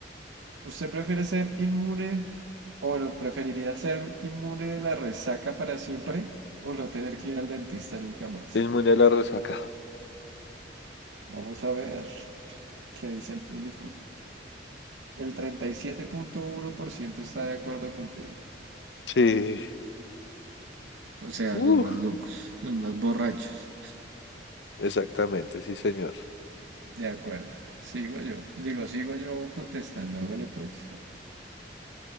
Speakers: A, on the right (about 85°); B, on the left (about 70°).
A: ¿Usted prefiere ser inmune, o bueno, preferiría ser inmune de la resaca para siempre, o no tener que ir al dentista nunca más?
B: Inmune a la resaca.
A: Vamos a ver qué dice el público. El treinta y siete punto uno por ciento está de acuerdo contigo.
B: Sí.
A: O sea,
B: Uh,
A: los más locos, los más borrachos.
B: exactamente, sí, señor.
A: De acuerdo. Sigo yo. Digo, sigo yo contestando. Hágale pues.